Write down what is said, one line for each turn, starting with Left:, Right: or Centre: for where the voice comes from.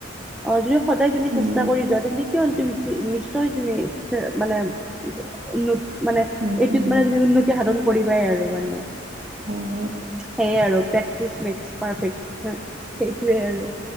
Centre: অ' যদি সদায় তুমি
Right: উম
Centre: চেষ্টা কৰি যোৱা তেন্তে। কিয় তুমি নিশ্চয় তুমি মানে উন্নতি। মানে
Right: উম
Centre: এইটোত
Right: উম
Centre: মানে তুমি উন্নতি সাধন কৰিবাই আৰু মানে।
Right: হ'ম হ'ম।
Centre: সেয়ে আৰু প্ৰেক্টিচ মেক্স পাৰফেক্ট সেইটোৱে আৰু।